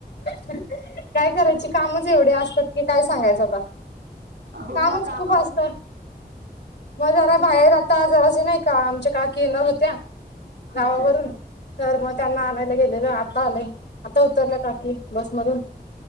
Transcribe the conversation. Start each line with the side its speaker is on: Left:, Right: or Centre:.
Left: काय करायचे कामच एवढे असतात की काय सांगायचं आता.
Right: हो
Left: कामच
Right: ना कामावरन
Left: खूप असता मग घरा बाहेर आता जरास नाही का आमच्या काकी येणार होत्या गावावरून
Right: अच्छा अच्छा
Left: तर मग त्यांना आणायला गेलेलं आता आले आता उतरल्या काकी बसमधून